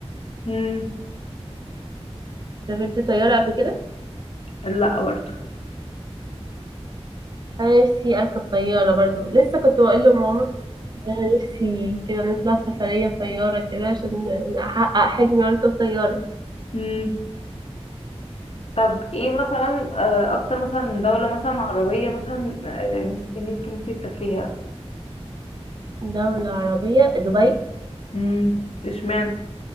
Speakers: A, on the left (about 65°); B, on the right (about 40°).
A: مم.
B: سافرت طياره قبل كده
A: لا برضو
B: انا نفسي اركب طياره برضو لسه كنت بقول لماما انا نفسي كده نطلع سفرية بطيارة كده عشان احقق حلمي واركب طيارة
A: مم. طب ايه مثلا آه، اكتر مثلا دولة مثلا عربية مثلا آه، نفسك ان انت إنتي تسافريها
B: دولة عربية دبي
A: مم. اشمعنى